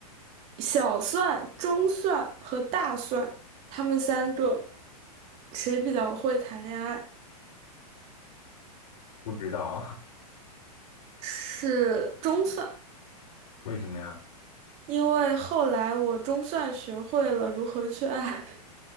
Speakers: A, on the right; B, on the left.
A: 小蒜、中蒜和大蒜，他们三个谁比较会谈恋爱？
B: 不知道
A: 是中蒜，
B: <laughs> 为什么呀？
A: 因为后来我中蒜学会了如何去爱。<laughs>